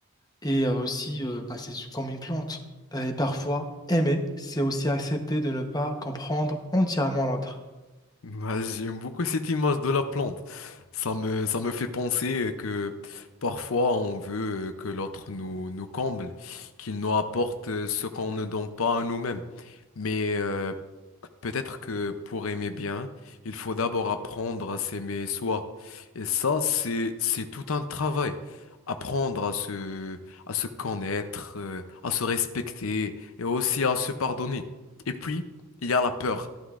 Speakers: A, on the left; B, on the left.
A: et euh, aussi euh, passer su- comme une plante. Euh, Et parfois, aimer, c'est aussi accepter de ne pas comprendre entièrement l'autre.
B: Ouais, J'aime beaucoup cette image de la plante. Ça me, ça me fait penser que parfois on veut que l'autre nous, nous comble, qu'il nous apporte ce qu'on ne donne pas à nous-mêmes. Mais euh, peut-être que pour aimer bien, il faut d'abord apprendre à s'aimer soi. Et ça, c'est, c'est tout un travail. Apprendre à se, à se connaître, euh, à se respecter et aussi à se pardonner. Et puis, il y a la peur.